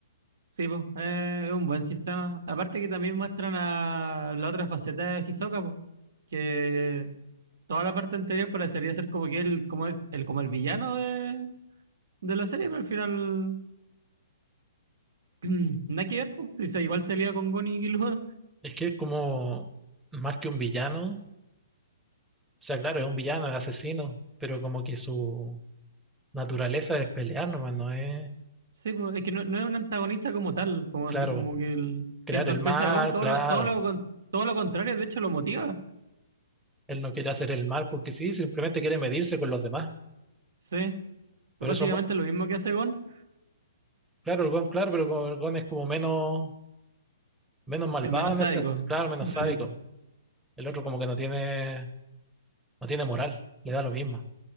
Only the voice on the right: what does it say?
Sí, po, eh, es un buen sistema. Aparte que también muestran a la otra faceta de Hisoka, po, que toda la parte anterior parecería ser como que él, como el, el- como el villano de, de la serie, pero al final <clears throat> Nada que ver, po. si sí, igual salía con Gon y Killua.
Sí, po. Es que no, no es un antagonista como tal, como
así como que el
que entorpece
a Gon, todo
lo, todo lo, con- todo lo contrario, de hecho lo motiva.
Sí, básicamente
lo mismo que hace Gon,
es menos
sádico.
Sí,